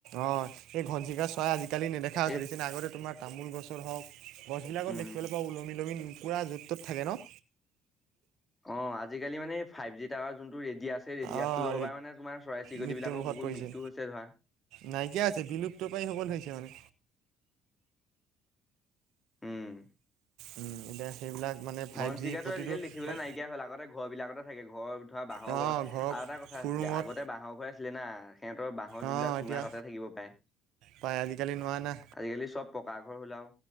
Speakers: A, on the right (about 75°); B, on the left (about 15°).
A: অঁ এই ঘনচিঘা চৰাই আজিকালি নেদেখা হৈ
B: এই
A: হৈছেচিনা আগতে তোমাৰ তামোল গছৰ হওক গছবিলাকত
B: উম
A: দেখিবলৈ পাওঁ ওলমি ললমি পুৰা য'ত ত'ত থাকে ন
B: অ আজিকালি মানে এই ফাইভ জি টাৱাৰ যোনটো ৰেডিয়াছে ৰেডিয়ছটোহৰ
A: অঁ
B: মানে তোমাৰ চৰাই চিৰিকতি
A: মৃত্যুমুখত
B: বিলাকৰ বহুত
A: পৰিছে
B: মৃত্যু হৈছে হৈছে। ধৰা <unintelligible>
A: নাইকিয়া আছে বিলুপ্ত পায় সকল হৈছে মানে
B: উম
A: উম' এ সেইবিলাক মানে। ফাইভ
B: ঘনচিকাতো
A: জি প্ৰতিটো
B: আজিকালি দেখিবলৈ
A: মানে
B: নাইকিয়া হ'ল। আগতে ঘৰ বিলাকতে থাকে ঘৰ ধৰা বাঁহৰ
A: অঁ
B: ঘৰ।
A: ঘৰৰ
B: আৰু এটা কথা
A: খুৰুঙত
B: আছিলে আগতে বাঁহৰ ঘৰ। ছিলে না সিহঁতৰ বাহৰ
A: অঁ
B: যোনবিলাক চুঙা
A: এতিয়া
B: তাতে থাকিব পায়।
A: পাই আজিকালি নোৱাৰা না
B: আজিকালি চব পকা ঘৰ হ'ল আৰু।